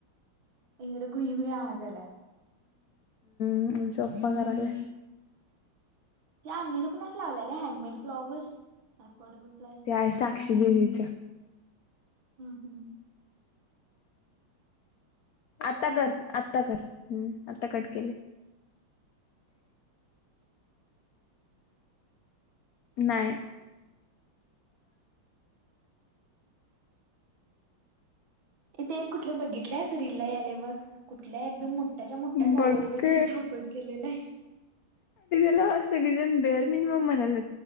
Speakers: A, on the right (about 70°); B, on the left (about 80°).
A: एकडे घुई घु आवाजला,
B: हम् पापा कराला,
A: या अ् न कोणाच लावलाय का हँडमेड फ्लॉवर्स फर्डेबल
B: ते आहे साक्षी दिदीचा.
A: हम्म हम्
B: आता कर आत्ता कर हम् आता कट केले नाही
A: इथ कुठल्या बघितल्या अस रीलला याले व कुठल्या एकदम मोठ मोच्या मोठ्या
B: बघ
A: टॉवरर जा प्रपोज केलेला आहे
B: लं असगी जण बेर मिनिमम म्हणाला